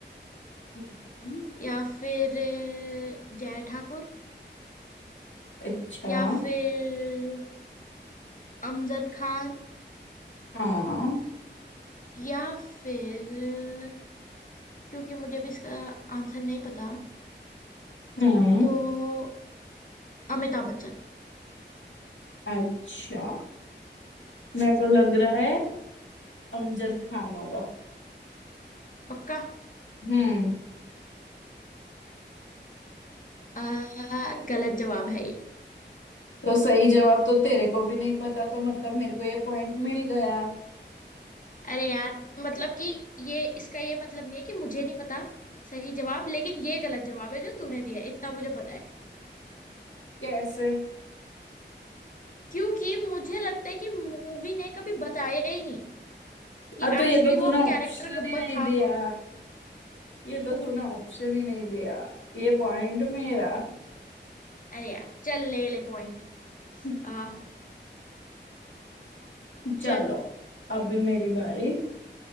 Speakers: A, on the left; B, on the left.
A: हम्म।
B: या फिर अ, जय ठाकुर
A: अच्छा
B: या फिर अमजद खान
A: हाँ
B: या फिर अ, क्योंकि मुझे भी इसका आंसर नहीं पता
A: हम्म
B: तो अमिताभ बच्चन
A: अच्छा मेरे को लग रहा है अमजद खान होगा
B: पक्का
A: हम्म
B: अ, गलत जवाब है ये
A: तो सही जवाब तो तेरे को भी नहीं पता तो मतलब मेरे को ये पॉइंट मिल गया
B: अरे यार मतलब कि ये इसका ये मतलब नहीं है कि मुझे नहीं पता सही जवाब लेकिन ये गलत जवाब है जो तूने दिया है इतना मुझे पता है
A: कैसे
B: क्योंकि मुझे लगता है कि मूवी ने कभी बताया ही नहीं कि
A: हाँ तो
B: एक्चुअली
A: ये तो
B: वो
A: तूने ऑप्शन
B: कैरेक्टर गब्बर
A: ही नहीं
B: था
A: दिया
B: कौन
A: ये तो तूने ऑप्शन ही नहीं दिया ये पॉइंट मेरा
B: अरे यार चल ले ले पॉइंट
A: <laughs>
B: आ
A: चलो
B: चल
A: अभी मेरी बारी